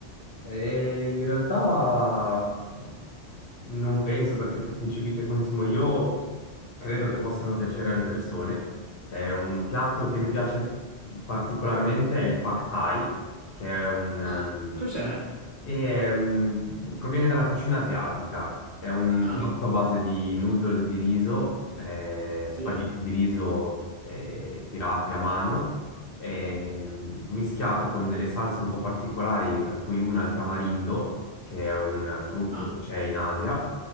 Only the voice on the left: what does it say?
E in realtà mh, non penso perché tutti i cibi che consumo io credo che possano piacere alle persone. È un piatto che mi piace particolarmente è il Pad Thai, che è un, ehm,
e è un- proviene dalla cucina asiatica. È un
piatto a base di noodle di riso, eh,
spaghetti di riso eh, tirati a mano eh, mischiato con delle salse un po' particolari, tra cui una al tamarindo, che è un frutto
che c'è in Asia,